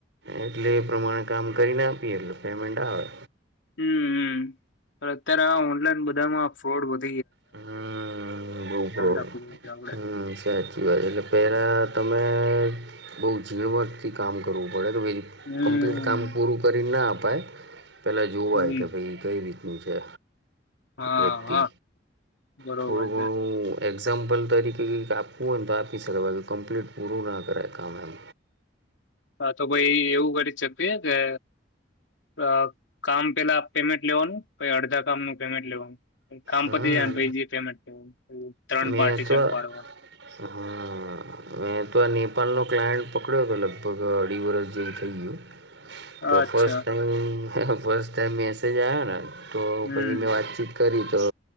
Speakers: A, on the right (about 75°); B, on the left (about 80°).
A: એટલે એ પ્રમાણે કામ કરીને આપીએ એટલે પેમેન્ટ આવે.
B: હમ્મ-હમ્મ. પણઅત્યારે આવા ઓનલાઈન બધામાં ફ્રોડ વધ
A: હમ્મ. <unintelligible>
B: રાખવું પડે છે આપડે
A: હમ્મ સાચી વાત. એટલે પેલા તમે બોઉ જીળવટર્થી કામ કરવું પડે ને વળી
B: હમ
A: કમ્પ્લીટ કામ પૂરું કરીન ના આપ પાય પહેલાં જોવાય
B: હમ
A: કે ભઈ કઈ રીતનું છે?
B: હા,
A: વ્યક્તિ
B: હા. બરોબર
A: થોડું
B: છે
A: ઘણું એક્ એક્ઝામ્પલ તરીકે કેક આપવું હોય ને તો આપી શકે બાકી કમ્પ્લીટ પૂરું ના કરાય કામ એમ.
B: હા તો ભાઈ એવું કરી શકે કે અહ કામ પેલા પેમેન્ટ લેવાનું, પહી અડધા કામનું પેમેન્ટ લેવાનું. પછી કામ
A: હમ્મ,
B: પતી જાય ને પહી જે પેમેન્ટ લેવાનું એવું ત્રણ
A: મેં
B: પાર્ટીશન
A: તો,
B: પાડવાનું.
A: હા, મેં તો ઈ પન લોક ક્લાયન્ટ પકડ્યો હતો લગભગ અઢી વરષ જેવું થઈ ગયું. તો
B: અચ્છા
A: ફર્સ્ટ ટાઈમ એનો ફર્સ્ટ ટાઈમ મેસેજ આયોન હા. તો
B: હમ
A: પછી મેં વાતચીત કરી તો